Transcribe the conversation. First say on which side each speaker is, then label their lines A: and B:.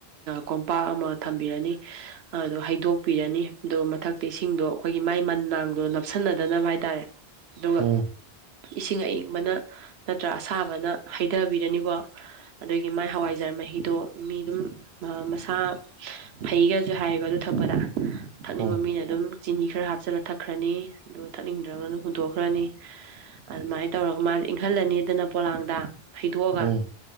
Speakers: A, on the right; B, on the right.
A: ꯀꯣꯝꯄꯥꯛ ꯑꯃ ꯊꯝꯕꯤꯔꯅꯤ ꯑꯗꯣ ꯍꯩꯗꯣꯛꯄꯤꯔꯅꯤ ꯑꯗꯨꯒ ꯃꯊꯛꯀꯤ ꯏꯁꯤꯡꯗꯣ ꯑꯩꯈꯣꯏꯒꯤ ꯃꯥꯏ ꯃꯅꯥꯡꯗꯣ ꯅꯞꯁꯤꯟꯅꯗꯅꯕ ꯍꯥꯏꯇꯥꯔꯦ ꯑꯗꯨꯒ
B: ꯎꯝ ꯎꯝ
A: ꯏꯁꯤꯡ ꯑꯏꯪꯕꯅ ꯅꯠꯇ꯭ꯔ ꯑꯁꯥꯕꯅ ꯍꯩꯗꯕꯤꯔꯅꯤꯀꯣ ꯑꯗꯒꯤ ꯃꯥꯏ ꯍꯋꯥꯏꯖꯥꯔ ꯃꯍꯤ ꯃꯍꯤꯗꯣ ꯃꯤ ꯑꯗꯨꯝ ꯃꯁꯥ ꯐꯩꯒꯁꯨ ꯍꯥꯏꯌꯦꯕ ꯑꯗꯨ ꯊꯛꯄꯗ ꯊꯛꯅꯤꯡꯕ
B: ꯎꯝ
A: ꯃꯤꯅ ꯑꯗꯨꯝ ꯆꯤꯅꯤ ꯈꯔ ꯍꯥꯞꯆꯤꯜꯂ ꯊꯛꯈ꯭ꯔꯅꯤ ꯑꯗꯨꯒ ꯊꯛꯅꯤꯡꯗ꯭ꯔꯒꯅ ꯍꯨꯟꯗꯣꯛꯈ꯭ꯔꯅꯤ ꯑꯗꯨꯃꯥꯏꯅ ꯇꯧꯔꯒ ꯃꯥꯁꯤ ꯏꯪꯍꯜꯂꯅꯤꯗꯅ ꯄꯣꯂꯥꯡꯗ ꯍꯩꯗꯣꯛꯑꯒ
B: ꯎꯝ